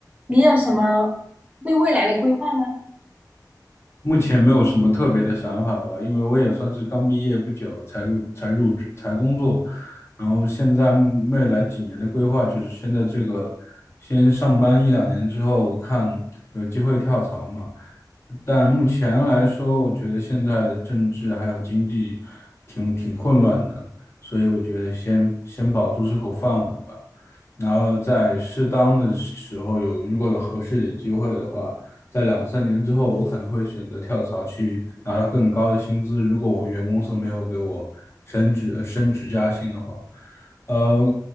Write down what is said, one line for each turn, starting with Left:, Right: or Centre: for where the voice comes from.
Right: 你有什么对未来的规划吗？
Left: 目前没有什么特别的想法吧，因为我也算是刚毕业不久才入才入职才工作，然后现在目未来几年的规划就是先在这个先上班一两年之后看有机会跳槽嘛。但目前来说，我觉得现在的政治还有经济挺挺混乱的，所以我觉得先先保住这口饭碗吧。然后在适当的时候有，如果有合适的机会的话，在两三年之后，我可能会选择跳槽去拿到更高的薪资。如果我原公司没有给我升职、呃升职加薪的话，呃，